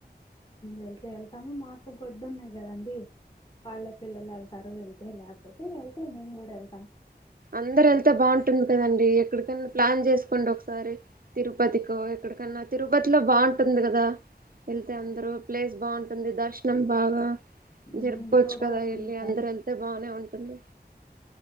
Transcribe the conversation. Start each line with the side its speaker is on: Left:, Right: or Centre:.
Left: వెళ్తే వెళ్తాము మాకు గొడ్డు ఉన్నాయి కదండి వాళ్ళె పిల్ల్లో ఎళ్తరు ఇళ్తే లేక పోతే వెళ్తే మేము కూడా వెళ్తాం
Right: అందరు వెళ్తే బాగుంటుంది కదండి ఎక్కడికన్నా ప్లాన్ చేసుకోండి ఒకసారి తిరుపతికో ఎక్కడికన్నా తిరుపతిలో బాగుంటుంది కదా వెళ్తే అందరు ప్లేస్ బాగుంటుంది దర్శనం బాగా
Left: మ్మ్.
Right: జరుపుకోవచ్చు
Left: చూడాలండి
Right: కదా వెళ్ళి
Left: ఈసారి
Right: అందరు వెళ్తే బానే ఉంటుంది